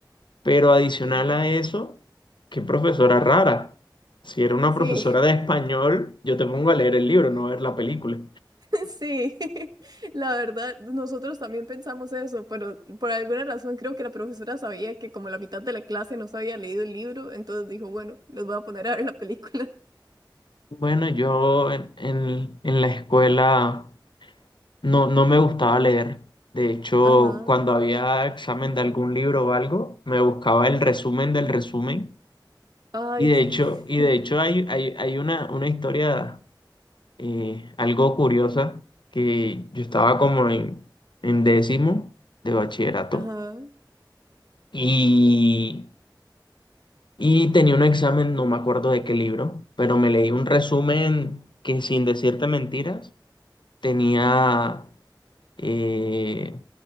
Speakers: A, on the left; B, on the right.
A: Pero adicional
B: Sí,
A: a eso, qué profesora rara. Si era una
B: sí,
A: profesora de español, yo te pongo a leer el libro, no a ver la película.
B: <laughs> sí. <laughs> La verdad, nosotros también pensamos eso, pero por alguna razón creo que la profesora sabía que como la mitad de la clase no se había leído el libro, entonces dijo, bueno, los voy a poner a ver la película.
A: Bueno, yo en, en en la escuela. No, no me gustaba leer. De hecho,
B: <laughs> Ajá.
A: cuando había examen de algún libro o algo, me buscaba el resumen del resumen.
B: Ay,
A: Y de
B: sí.
A: hecho, y
B: <laughs>
A: de hecho hay, hay, hay una, una historia eh, algo curiosa que yo estaba como en, en décimo de bachillerato
B: Ajá.
A: y, y tenía un examen, no me acuerdo de qué libro, pero me leí un resumen que sin decirte mentiras tenía... eh,